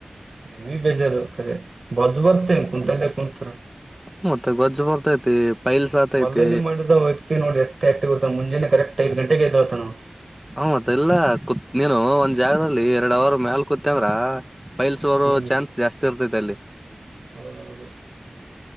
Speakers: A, on the right; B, in the centre.
A: ಎವಿ ಬೇಜಾರ ಕರೆ ಬಜ್ ಬರ್ತೇ ಕುಂತಲ್ಲೇ ಕುಂತ್ರ
B: ಮತ್ತೆ ಬೊಜ್ಜು ಬರ್ತೈತಿ ಪೈಲ್ಸ್ ಆತೈತಿ
A: ಹೊಲ್ದಲ್ಲಿ ಮಾಡಿದ ವ್ಯಕ್ತಿ ನೋಡಡ್ ಎಷ್ಟ್ ಆಕ್ಟಿವ್ ಇರ್ತಾನ ಮುಂಜಾನೆ ಕರೆಕ್ಟ್ ಐದ್ ಗಂಟೆಗ್ ಇದ್ದೋಳ್ತಾನ್ ನಅವ
B: ಹ ಮತ್ ಎಲ್ಲ ಕುತ್ ನೀನು ಒಂದ್ ಜಾಗದಲ್ಲಿ ಎರಡ್ ಅವರು ಮ್ಯಾಲ್ ಕುತಂದ್ರ ಪೈಲ್ಸ್ ಬರೋ
A: ಹ್ಮ್
B: ಚಾನ್ಸ್ ಜಾಸ್ತಿ ಇರ್ತೈತಿ ಅಲ್ಲಿ
A: ಹೌದೌದು